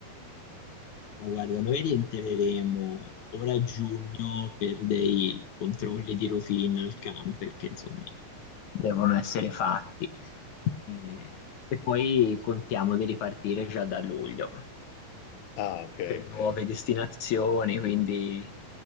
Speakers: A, on the left; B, on the left.
A: Allora, Guarda, noi rientreremo ora a giugno per dei controlli di routine al camp, perché insomma devono essere fatti. Eh, E, poi contiamo di ripartire già da luglio
B: Ah, ok,
A: per
B: ok.
A: nuove destinazioni, quindi